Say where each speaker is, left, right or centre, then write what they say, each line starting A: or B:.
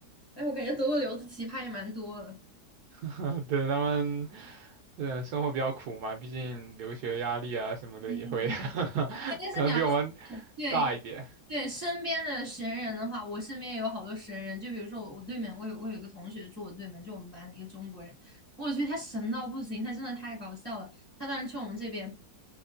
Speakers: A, on the left (about 15°); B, on the right (about 70°).
A: 哎，我感觉德国留子奇葩也蛮多的。
B: <laughs> 对他们，嗯，生活比较苦嘛，毕竟留学压力啊什么的也会，
A: 对，
B: <laughs>
A: 但是你要说
B: 可能比我们
A: 对。
B: 大一点。
A: 对身边的神人的话，我身边也有好多神人。就比如说我，我对面，我有我有一个同学住我对面，就我们班的一个中国人，我去，他神到不行，他真的太搞笑了。他当时去我们这边，